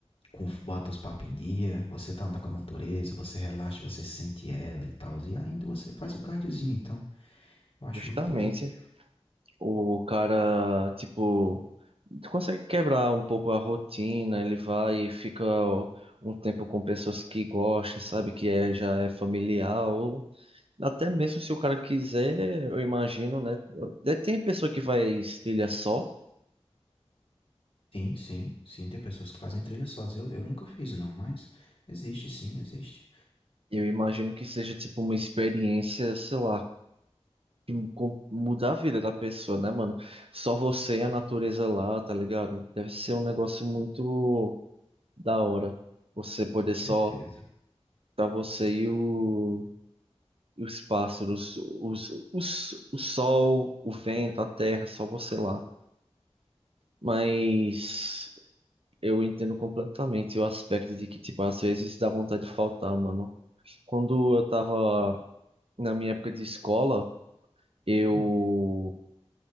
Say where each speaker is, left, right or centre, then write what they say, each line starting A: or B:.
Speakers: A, on the left; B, on the right.
A: com- bota os papos em dia, você tá andando com a natureza, você relaxa, você sente ela e tal, e ainda você faz o cardiozinho, então eu acho
B: Justamente,
A: muito positivo.
B: o cara, tipo, consegue quebrar um pouco a rotina, ele vai e fica um tempo com pessoas que gosta, sabe, que é, já é familiar, ou até mesmo se o cara quiser, eu imagino, né, até tem pessoa que vai trilha só,
A: Sim, sim, sim, tem pessoas que fazem trilha sós. Eu, eu nunca fiz, não, mas existe, sim, existe.
B: eu imagino que seja, tipo, uma experiência, sei lá, que mu- com- muda a vida da pessoa, né, mano, só você e a natureza lá, tá ligado? Deve ser um negócio muito... da hora. Você poder só
A: Certeza.
B: tá você e, o, e os pássaros, os, os, o sol, o vento, a terra, só você lá. Mas eu entendo completamente o aspecto de que, tipo, às vezes dá vontade de faltar, mano. Quando eu tava na minha época de escola, eu,
A: Hum.